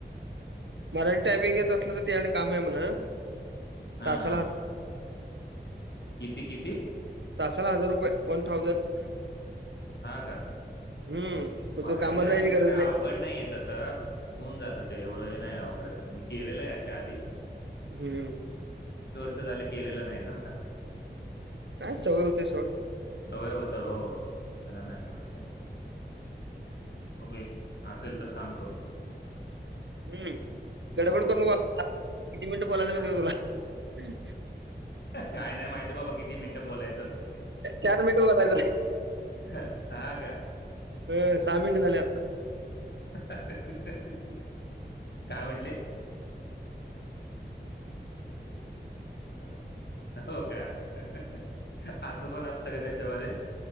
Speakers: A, on the right; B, on the left.
A: मराठी टायपिंग येत असलं तर त्याकड काम हाय म्हणा
B: हां
A: ताशाला
B: हां
A: ह
B: किती किती
A: तासाला हजार रुपये वन थाउजंड
B: हा का
A: हम्म मग
B: मराठी
A: तो कामाला
B: टायपिंगच
A: जायची गरज
B: काही
A: नाही
B: अवघड नाहीय तसं होऊन जातं ते एवढं हे नाही अवघड मी केलेलं याच्या आधी
A: हम्म
B: झालं की केलेलं नाही ना आता
A: काय सवय होतय सोड
B: सवय होत हो त्याला नाही एवढं काय बघूया की असेल तर सांगतो मी
A: हम्म गडबड
B: हो
A: करू
B: हो
A: नका किती मिनिटं बोलायला
B: हाय
A: मयतय तु
B: काय नाही माहितीय बाबा किती मिनटं बोलायचंच
A: चार मिनिटं बोलायचाय
B: ह हा का
A: अ सहा मिनट झाले आता
B: हहहह हह काय म्हटले हो का हहहह असं पण असतं का त्याच्यामध्ये